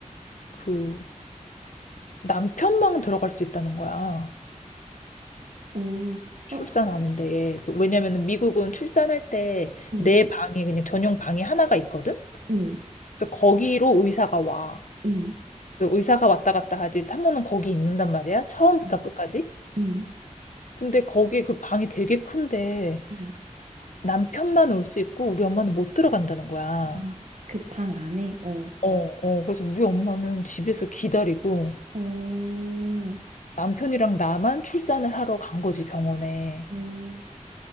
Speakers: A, on the left; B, on the right.
A: 그 남편만 들어갈 수 있다는 거야.
B: 어,
A: 출산하는데.
B: 어,
A: 그 왜냐면은 미국은 출산할 때
B: 음,
A: 내 방이 그냥 전용 방이 하나가 있거든?
B: 음,
A: 그래서 거기로 의사가 와.
B: 음,
A: 그래서 의사가 왔다 갔다 하지. 산모는 거기 있는단 말이야. 처음부터
B: 음.
A: 끝까지.
B: 음,
A: 근데 거기 그 방이 되게 큰데
B: 음.
A: 남편만 올 수 있고 우리 엄마는 못 들어간다는 거야.
B: 아, 그 방 안에, 어,
A: 어, 어. 그래서 우리 엄마는 집에서 기다리고
B: 어, 어,
A: 남편이랑 나만 출산을 하러 간 거지, 병원에.
B: 어,